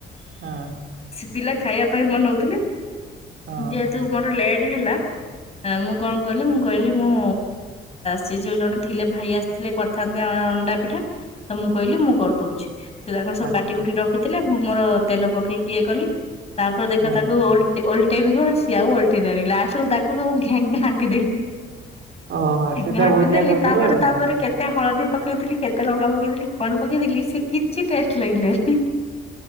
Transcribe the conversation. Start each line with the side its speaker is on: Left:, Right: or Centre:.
Right: ହଁ।
Left: ସେ ପିଲା ଖାଇବା ପାଇଁ ମନଉଥିଲି
Right: ହଁ
Left: ଯେହେତୁ ମୋର ଲେଟ୍ ହେଲା ହଁ ମୁଁ କଣ କଲି ମୁଁ। କହିଲି ମୁଁ ସେ ଯୋଉ ଜଣେ ଥିଲେ ଭାଇ ଆସିଥିଲେ କରିଥାନ୍ତେ ଅଣ୍ଡା ପିଠା ତ ମୁଁ କହିଲି ମୁଁ କରିଦଉଛି ସେ ତାଙ୍କର ସବୁ
Right: ହଁ।
Left: କାଟି କୁଟି ରଖିଥିଲେ ମୁଁ ମୋର ତେଲ ପକେଇକି ଇଏ କଲି ତାପରେ
Right: ଆଚ୍ଛା
Left: ଦେଖ ତାକୁ ଓଲଟେ ଓଲଟେଇ ଟେଇବି କଣ ସିଏ ଆଉ ଓଲଟିଲାନି ଲାଷ୍ଟ ରେ ତାକୁ ସବୁ ତାକୁ ସବୁ ଘାଣ୍ଟିଦେଲି।
Right: ଓହୋ ସିଧା
Left: ଘାଣ୍ଟି
Right: ଭୁଜିଆ
Left: ଦେଲି
Right: କରିଦେଲେ
Left: ତାପରେ
Right: ଆଉ
Left: ତାପରେ
Right: କଣ
Left: କେତେ ହଳଦୀ ପ ଥିଲି କେତେ ଲଙ୍କା ପକେଇଥିଲି କଣ ପକେଇଥିଲି ସେ କିଛି ଟେଷ୍ଟ ଲାଗିଲାନି।